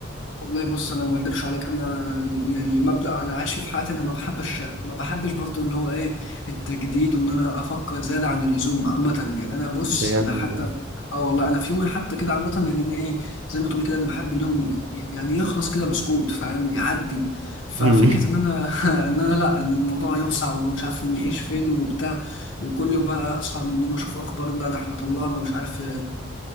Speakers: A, on the left (about 70°); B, on the right (about 85°).
A: والله بص انا ما اكدبش عليك انا يعني مبدأ انا عايش فيه في حياتي انا ما بحبش ما بحبش برضو اللي هو ايه التجديد وان انا افكر زيادة عن اللزوم عامة يعني انا بص
B: بجد
A: انا حتى
B: والله
A: اه والله انا في يومي حتى كده عامة يعني انا ايه زي ما تقول كده انا بحب اليوم ي- يعني يخلص كده بسكوت فاهم يعدي ففكرة
B: <laughs> مم.
A: ان انا <laughs> ان انا لا ان الموضوع يوسع ومش عارف نعيش فين وبتاع وكل يوم بقى اصحى من النوم اشوف اخبار لا ده احنا طلعنا مش عارف آه،